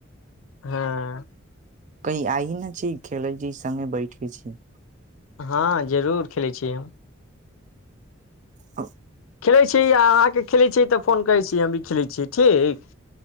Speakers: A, on the left (about 80°); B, on the right (about 35°).
A: हँ
B: कही आइ ने छी खेलै छी सङ बैठ के छी
A: हँ जरूर खेलै छियै
B: ह
A: खेलैत छी आ अहाँके खेलैत छी तऽ फोन करै छी हम भी खेलै छियै ठीक